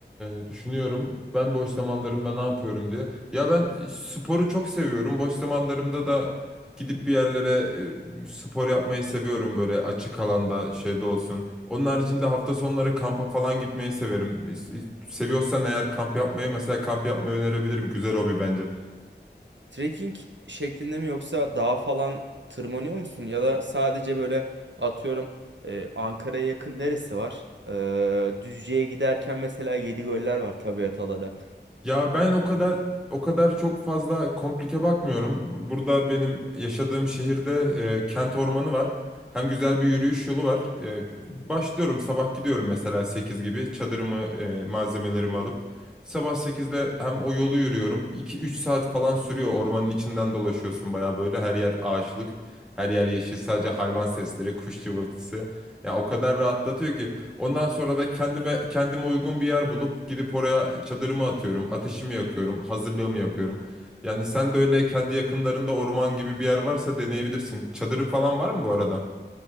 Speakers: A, in the centre; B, on the right (about 85°).
A: e, düşünüyorum. Ben boş zamanlarımda ne yapıyorum diye. Ya ben sporu çok seviyorum. Boş zamanlarımda da gidip bir yerlere e, spor yapmayı seviyorum böyle açık alanda şeyde olsun. Onun haricinde hafta sonları kampa falan gitmeyi severim. İs- is- Seviyorsan eğer kamp yapmayı mesela kamp yapmayı önerebilirim. Güzel hobi bence.
B: Trekking şeklinde mi yoksa dağ falan tırmanıyor musun? Ya da sadece böyle atıyorum e, Ankara'ya yakın neresi var? E, Düzce'ye giderken mesela Yedigöller var tabiat alanı.
A: Ya ben o kadar o kadar çok fazla komplike bakmıyorum. Bu- Burada benim yaşadığım şehirde e, kent ormanı var. Hem güzel bir yürüyüş yolu var. E, başlıyorum sabah gidiyorum mesela 8 gibi çadırımı, e, malzemelerimi alıp sabah sekizde hem o yolu yürüyorum. 2 üç saat falan sürüyor. Ormanın içinden dolaşıyorsun baya böyle her yer ağaçlık, her yer yeşil, sadece hayvan sesleri, kuş cıvıltısı. Ya o kadar rahatlatıyor ki Ondan sonra da kendime kendime uygun bir yer bulup gidip oraya çadırımı atıyorum, ateşimi yakıyorum, hazırlığımı yapıyorum. Yani sen de öyle kendi yakınlarında orman gibi bir yer varsa deneyebilirsin. Çadırın falan var mı bu arada?